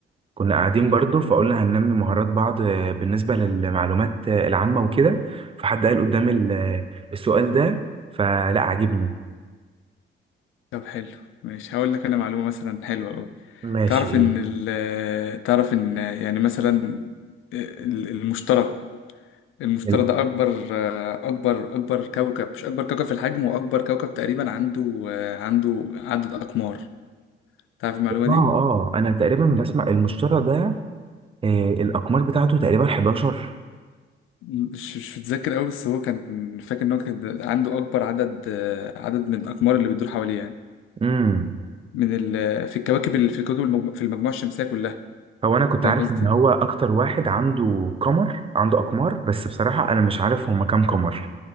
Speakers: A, on the right; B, on the left.
A: كنا قاعدين برضو فقلنا هننمي مهارات بعض آه، بالنسبة للمعلومات آه، العامة وكده فحد قال قدامي ال- آه، السؤال ده فلا عجبني
B: طب حلو ماشي هقول لك أنا معلومة مثلا حلوة أوي
A: ماشي
B: تعرف
A: ايه
B: إن ال... تعرف إن يعني مثلا ال- المشتري المشتري
A: ال-
B: ده أكبر أكبر أكبر كوكب مش أكبر كوكب في الحجم وأكبر كوكب تقريبا عنده عنده عدد أقمار تعرف المعلومة
A: اه
B: دي؟
A: اه أنا تقريبا بسمع المشترى ده آه الأقمار بتاعته تقريبا 11
B: مش مش متذكر قوي بس هو كان فاكر ان هو كان عنده اكبر عدد آه، عدد من الاقمار اللي بتدور حواليه يعني
A: امم
B: من ال... في الكواكب ال... في الكواكب المجم... في المجموعه الشمسيه كلها
A: هو انا كنت
B: فاهم
A: عارف
B: قصدي
A: ان هو اكتر واحد عنده قمر عنده اقمار بس بصراحة انا مش عارف هما كام قمر